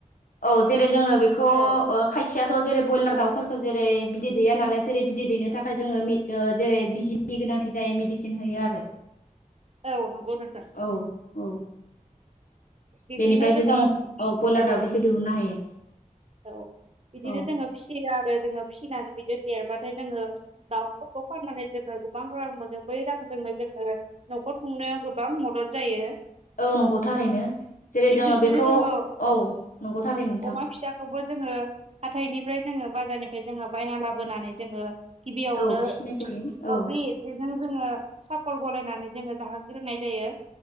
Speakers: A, on the left (about 75°); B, on the right (about 50°).
A: औ जेरै जोंङो बे। बे
B: औ
A: खायसेयाथ जेरै बयलार दाउफोरखौ। खौ जेरै बिदै दैया नालाय जेरै बिदै दैनो थाखाय जोंङो जेरै बिजिनि गोनांथि जायो मेडिसिन होयो आरो।
B: औ नंगौ नोंथां।
A: औ औ।
B: बिब्दिनो
A: बेनिफ्रायसो
B: जोंङो
A: जों बयलार
B: औ।
A: दावदैखौ दिहुननो हायो
B: औ बिदिनो
A: औ
B: जोंङो फियो आरो जोंङो फिसिनानै बिदिनो। देरबाथाय जोंङो दाउफोरखौ फाननानै जोंङो गोबां रां मोनो बै रांजोंनो जोंङो। नखर खुंनायाव गोबां मदद जायो।
A: औ नंगौ थारैनो जेरै
B: थिग
A: जोंङो
B: बिब्दिनो
A: बेखौ
B: जोङो
A: औ नंगौ। थारैनो नोंथां
B: अमा फिसाखौबो जोंङो हाथायनिफ्राय जोंङो। बाजारनिफ्राय जोंङो बायना लाबोनानै जोंङो गिबियावनो
A: औ फिसिनाय जायो औ
B: अफ्रि एसे। जों जोंङो सापर्ट गलायनानै जोंङो जाहोग्रोनाय जायो।